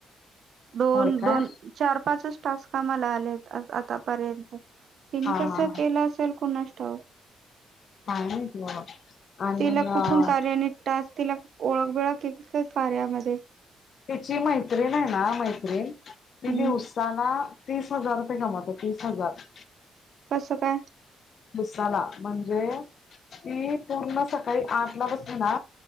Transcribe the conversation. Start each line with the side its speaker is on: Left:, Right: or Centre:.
Right: <inaudible> दोन-दोन,
Left: होय काय
Right: चार, पाचच टास्क कामला आलेत आतापर्यंत. तिनी
Left: हा
Right: कस
Left: हा
Right: केलं असेल कोणास ठाऊक? <inaudible>
Left: काय माहिती बाबा आणि
Right: तिला
Left: अ
Right: कुठून कार्याने टास्क तिला ओळख बिळक हाय की काय कार्यामध्ये.
Left: तीची मैत्रीण आहे ना मैत्रीण ती
Right: हम्म
Left: दिवसाना तीस हजार रुपये कमवते तीस हजार.
Right: कसं काय?
Left: मसाला म्हणजे? ती पूर्ण सकाळी आठ ला बसते ना,